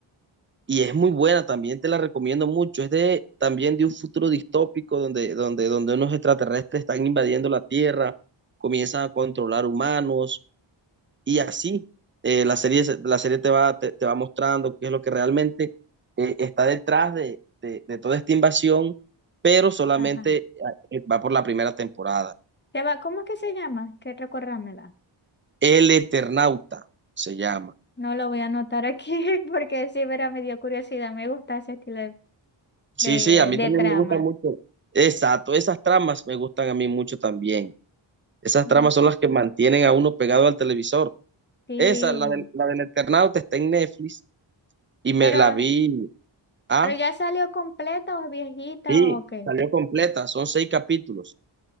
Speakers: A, on the right (about 25°); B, on the left (about 25°).
A: y es muy buena, también te la recomiendo mucho. Es de también de un futuro distópico donde, donde, donde unos extraterrestres están invadiendo la Tierra, comienzan a controlar humanos y así. Eh, la serie, se- la serie te va, te, te va mostrando qué es lo que realmente eh, está detrás de, de, de, toda esta invasión, pero solamente
B: ajá.
A: eh, va por la primera temporada.
B: Se va, ¿cómo es que se llama? Que recordámela.
A: El Eternauta se llama.
B: No lo voy a anotar aquí <laughs> porque sí, verá, me dio curiosidad. Me gusta ese estilo de,
A: Sí,
B: de,
A: sí, a mí
B: de
A: también
B: trama.
A: me gusta mucho. Exacto, esas tramas me gustan a mí mucho también. Esas
B: Mm,
A: tramas son las que mantienen a uno pegado al televisor.
B: Sí,
A: Esa, la del, la del Eternauta, está en Netflix y me
B: pero,
A: la vi. Ah,
B: pero ya salió completa o es viejita
A: sí,
B: o qué.
A: salió completa, son seis capítulos.